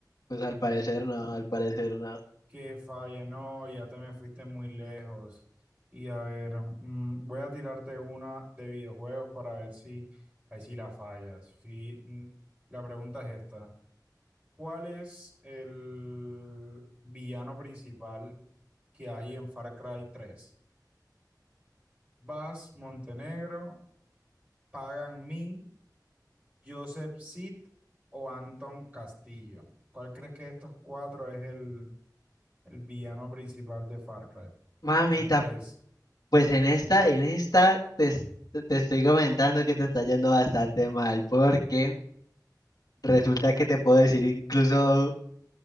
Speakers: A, on the left; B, on the right.
A: Pues al parecer no, al parecer no.
B: que falla, no, ya te me fuiste muy lejos. Y a ver, mm, voy a tirarte una de videojuegos para ver si ahí sí la fallas. Fi- mm, La pregunta es esta. ¿Cuál es el villano principal que hay en Far Cry tres Vas Montenegro, Pagan Min, Joseph Seed o Anton Castillo? ¿Cuál crees que de estos cuatro es el, el villano principal de Far Cry?
A: Mamita
B: El tres
A: Pues en esta, en esta te, es- te te estoy comentando que te está yendo bastante mal, porque resulta que te puedo decir incluso